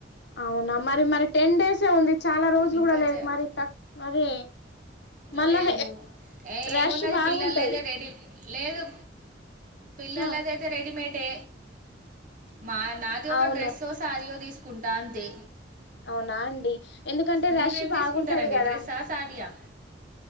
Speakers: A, on the left; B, on the right.
A: అవునా మరి మరి టెన్ డేస్ ఉంది చాలా రోజులు
B: ఇంకా
A: కూడా లేదు
B: చె-
A: మరి ఇట్ల మరి మళ్ళా
B: లేదు ఏ
A: రష్
B: ఏమున్నది
A: బాగుంటది
B: పిల్లలు అయితే రెడీ లేదు పిల్లల
A: ఆ
B: అద అతే రెడి మేడ్ తే మా నాది ఒక
A: అవును
B: డ్రెస్ ఓ సారి యో తీసుకు కుంటాంతే
A: అవునా అండి ఎందుకంటే
B: మీరు
A: రష్
B: ఏం
A: బాగుంటది
B: తీసుకుంటారండి
A: కదా
B: డ్రెస్సా సాడియా